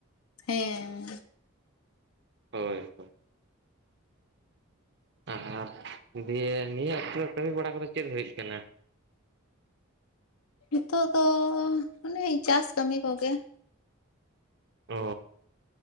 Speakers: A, on the left (about 85°); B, on the right (about 55°).
A: ᱦᱮᱸ᱾
B: ᱦᱳᱭ ᱦᱳᱭ᱾ ᱟᱨ ᱫᱟᱹᱭ ᱱᱤᱭᱟᱹ ᱚᱠᱛᱮ ᱨᱮ ᱠᱟᱹᱢᱤ ᱵᱟᱲᱟ ᱠᱚᱫᱚ ᱪᱮᱫ ᱦᱩᱭᱩᱜ ᱠᱟᱱᱟ?
A: ᱱᱤᱛᱚᱜ ᱫᱚ ᱚᱱᱮ ᱪᱟᱥ ᱠᱟᱹᱢᱤ ᱠᱚᱜᱮ᱾
B: ᱚ